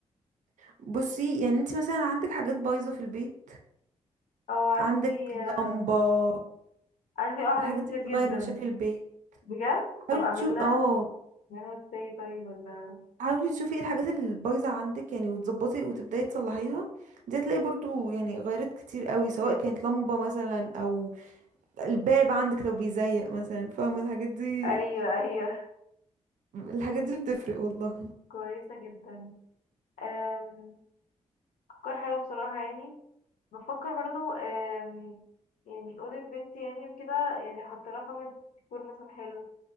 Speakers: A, on the right (about 70°); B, on the left (about 80°).
A: بصي يعني انت مثلا عندك حاجات بايظة في البيت
B: اه عندي
A: عندك لمبة
B: آه، عندي اه حاجات
A: الحاجات دي
B: كتير
A: بتغير
B: جدا
A: من شكل البيت
B: بجد
A: حاولي
B: طب أعمل
A: تشوف
B: لها
A: اه
B: أعملها ازاي طيب ولا
A: حاولي تشوفي ايه الحاجات اللي بايظة عندك يعني وتظبطي وتبداي تصلحيها دي هتلاقي برضو يعني غيرت كتير قوي سواء كانت لمبة مثلا او الباب عندك لو بيزيق مثلا فاهمة الحاجات دي
B: أيوة أيوة
A: الحاجات دي بتفرق والله
B: كويسة جدا آم، أفكار حلوة بصراحة يعني بفكر برضو آم، يعني أوضة بنتي يعني وكده يعني أحط لها خامة ديكور مثلا حلو